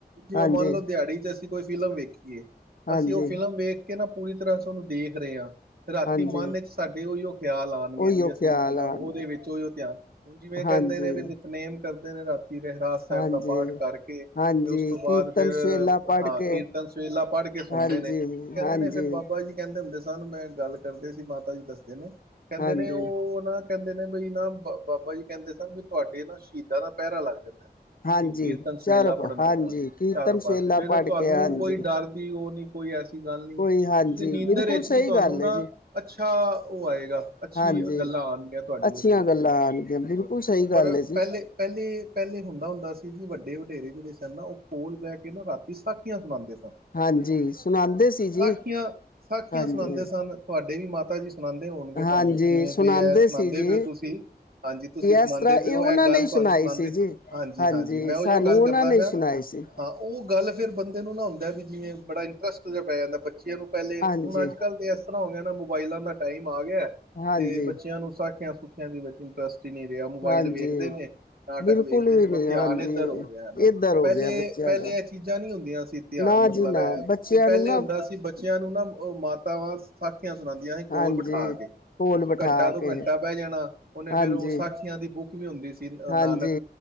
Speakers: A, on the right (about 60°); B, on the left (about 55°).
A: ਜਿਵੇਂ
B: ਹਾਂਜੀ,
A: ਮੰਨ ਲਓ ਦਿਹਾੜੀ ਤੇ ਅਸੀਂ ਕੋਈ ਫਿਲਮ ਵੇਖੀਏ।
B: ਹਾਂਜੀ,
A: ਅਸੀਂ ਉਹ ਫ਼ਿਲਮ ਵੇਖ ਕੇ ਨਾ ਪੂਰੀ ਤਰ੍ਹਾਂ ਅਸੀਂ ਉਹਨੂੰ ਦੇਖ ਰਹੇ ਹਾਂ। ਰਾਤੀ
B: ਹਾਂਜੀ
A: ਮਨ ਵਿੱਚ ਸਾਡੇ ਉਹੀਓ ਖਿਆਲ ਆਉਣਗੇ
B: ਉਹੀਓ
A: ਨੋ ਵੀ ਅਸੀਂ
B: ਖਿਆਲ
A: ਉਹ ਮਤਲਬ
B: ਆਣਗੇ
A: ਉਹਦੇ ਵਿੱਚੋ ਹੀ ਉਹ ਧਿਆਨ ਹੁਣ ਜਿਵੇਂ ਕਹਿੰਦੇ
B: ਹਾਂਜੀ,
A: ਨੇ ਵੀ ਨਿਤਨੇਮ ਕਰਦੇ ਨੇ ਰਾਤੀ ਕਿ ਰਹਿਰਾਜ ਸਾਹਿਬ
B: ਹਾਂਜੀ।
A: ਦਾ ਪਾਠ ਕਰਕੇ
B: ਹਾਂਜੀ,
A: ਤੇ ਉਸ ਤੋਂ ਬਾਅਦ
B: ਕੀਰਤਨ
A: ਫਿਰ
B: ਸਵੇਲਾ ਪੜ੍ਹ
A: ਹਾਂ
B: ਕੇ
A: ਕੀਰਤਨ ਤੇ ਸਵੇਲਾ ਪੜ੍ਹ ਕੇ ਸੌਦੇ
B: ਹਾਂਜੀ,
A: ਨੇ ਕਹਿੰਦੇ
B: ਹਾਂਜੀ।
A: ਨੇ ਫਿਰ ਬਾਬਾ ਜੀ ਕਹਿੰਦੇ ਹੁੰਦੇ ਸਾਨੂੰ ਮੈਂ ਗੱਲ ਕਰਦੇ ਸੀ ਮਾਤਾ ਜੀ ਦੱਸਦੇ ਨੇ ਕਹਿੰਦੇ
B: ਹਾਂਜੀ,
A: ਨੇ ਉਹ ਨਾਂ ਕਹਿੰਦੇ ਨੇ ਬਈ ਨਾ, ਬਾਬਾ ਜੀ ਕਹਿੰਦੇ ਸਨ ਵੀ ਤੁਹਾਡੇ ਨਾ ਸ਼ਹੀਦਾਂ ਦਾ ਪਹਿਰਾ ਲੱਗ ਜਾਂਦੈ।
B: ਹਾਂਜੀ
A: ਦੀ ਕੀਰਤਨ ਸਹੋਲਾ
B: ਚਾਰੋ
A: ਪੜ੍ਹਨ
B: ਹਾਂਜੀ
A: ਤੋਂ ਬਾਅਦ
B: ਕੀਰਤਨ
A: ਚਾਰੋਂ ਪਾਸੇ
B: ਸਵੇਲਾ
A: ਫਿਰ
B: ਪੜ੍ਹ
A: ਤੁਹਾਨੂੰ
B: ਕੇ ਹਾਂਜੀ।
A: ਕੋਈ ਡਰ ਨੀ ਉਹ ਨਹੀਂ। ਕੋਈ ਐਸੀ ਗੱਲ ਨਹੀਂ।
B: ਕੋਈ ਹਾਂਜੀ
A: ਤੁਸੀਂ ਨੀਂਦਰ
B: ਬਿਲਕੁਲ
A: ਵਿੱਚ
B: ਸਹੀ
A: ਵੀ ਤੁਹਾਨੂੰ
B: ਗੱਲ
A: ਨਾ
B: ਹੈ ਜੀ।
A: ਅੱਛਾ ਉਹ ਆਏਗਾ ਅੱਛੀ
B: ਹਾਂਜੀ,
A: ਗੱਲਾਂ ਆਉਣ ਗੀਆ। ਤੁਹਾਡੀ
B: ਅੱਛੀਆਂ
A: ਉਹਦੇ ਵਿੱਚ
B: ਗੱਲਾਂ ਆਣਗੀਆਂ ਬਿਲਕੁਲ
A: ਹ
B: ਸਹੀ ਗੱਲ
A: ਪਰ
B: ਹੈ ਜੀ।
A: ਪਹਿਲੇ ਪਹਿਲੇ ਪਹਿਲੇ ਹੁੰਦਾ ਹੁੰਦਾ ਸੀ ਕੀ ਵੱਡੇ ਵਡੇਰੇ ਜਿਹੜੇ ਸਨ ਨਾ ਉਹ ਕੋਲ ਬਹਿ ਕੇ ਨਾ ਰਾਤੀ ਸਾਖੀਆਂ ਸੁਣਾਉਂਦੇ ਸਨ।
B: ਹਾਂਜੀ, ਸੁਣਾਦੇ ਸੀ ਜੀ
A: ਸਾਖੀਆਂ ਸਾਖੀਆਂ
B: ਹਾਂਜੀ।
A: ਸੁਣਾਉਂਦੇ ਸਨ। ਤੁਹਾਡੇ ਵੀ ਮਾਤਾ ਜੀ ਸੁਣਾਉਂਦੇ ਹੋਣਗੇ ਪਾਵੇਂ
B: ਹਾਂਜੀ,
A: ਤੁਹਾਨੂੰ ਜਿਵੇਂ
B: ਸੁਣਾਦੇ
A: ਵੀ ਇਹ ਸੁਣਾਉਂਦੇ
B: ਸੀ ਜੀ।
A: ਪਏ ਹੋ ਤੁਸੀਂ। ਹਾਂਜੀ ਤੁਸੀਂ ਸੁਣਾਉਂਦੇ
B: ਇਸ ਤਰ੍ਹਾਂ
A: ਪਏ ਹੋ।
B: ਉਹਨਾਂ
A: ਇਹ ਗੱਲ
B: ਨੇ ਹੀ ਸੁਣਾਈ
A: ਤੁਹਾਨੂੰ ਸੁਣਾਉਦੇ
B: ਸੀ ਜੀ।
A: ਹਾਂਜੀ। ਹਾਂਜੀ। ਮੈਂ
B: ਸਾਨੂੰ
A: ਉਹੀਓ ਗੱਲ
B: ਉਹਨਾਂ
A: ਕਰਦਾ
B: ਨੇ
A: ਪਿਆ
B: ਸੁਣਾਈ ਸੀ
A: ਹਾਂ ਉਹ ਗੱਲ ਫਿਰ ਬੰਦੇ ਨੂੰ ਨਾ ਹੁੰਦਾ ਵੀ ਜਿਵੇਂ ਬੜਾ ਇੰਟਰਸਟ ਜਿਹਾ ਪੈ ਜਾਂਦਾ ਬੱਚਿਆਂ ਨੂੰ ਪਹਿਲੇ,
B: ਹਾਂਜੀ।
A: ਹੁਣ ਅੱਜ ਕੱਲ ਤੇ ਇਸ ਤਰ੍ਹਾਂ ਹੋ ਗਿਆ ਨਾ ਮੋਬਾਇਲਾਂ ਦਾ ਟਾਈਮ ਆ ਗਿਆ
B: ਹਾਂਜੀ
A: ਤੇ ਬੱਚਿਆਂ ਨੂੰ ਸਾਖੀਆਂ ਸੁੱਖੀਆਂ ਦੇ ਵਿੱਚ ਇੰਟਰਸਟ ਨਹੀ ਰਿਹਾ ਮੋਬਾਈਲ
B: ਹਾਂਜੀ
A: ਵੇਖਦੇ ਨੇ ਨਾਟਕ
B: ਬਿਲਕੁਲ
A: ਵੇਖਦੇ
B: ਵੀ
A: ਨੇ
B: ਨਹੀਂ
A: ਬਸ ਧਿਆਨ
B: ਹਾਂਜੀ
A: ਇੱਧਰ ਹੋ ਗਿਆ
B: ਏਧਰ ਹੋ
A: ਪਹਿਲੇ।
B: ਗਿਆ ਬੱਚਿਆਂ
A: ਪਹਿਲੇ
B: ਦਾ
A: ਇਹ ਚੀਜ਼ਾਂ ਨੀ ਹੁੰਦੀਆਂ ਸੀ ਧਿਆਨ
B: ਨਾ
A: ਮਤਲਬ
B: ਜੀ ਨਾ
A: ਇਹ
B: ਬੱਚਿਆਂ
A: ਤੇ ਪਹਿਲੇ
B: ਨੂੰ ਨਾ
A: ਹੁੰਦਾ ਸੀ। ਕੀ ਬੱਚਿਆਂ ਨੂੰ ਨਾ ਉਹ ਮਾਤਾਵਾਂ ਸਾਖੀਆਂ ਸੁਣਾਉਂਦੀਆਂ ਸੀ ਕੋਲ
B: ਹਾਂਜੀ
A: ਬਿਠਾ ਕੇ
B: ਕੋਲ ਬਿਠਾ
A: ਘੰਟਾ ਦੋ
B: ਕੇ
A: ਘੰਟਾ। ਬਹਿ ਜਾਣਾ ਉਹਨੇ
B: ਹਾਂਜੀ
A: ਫੇਿਰ ਉਹ ਸਾਖੀਆਂ ਦੀ ਬੁੱਕ ਵੀ ਹੁੰਦੀ ਸੀ
B: ਹਾਂਜੀ
A: ਨਾਨਕ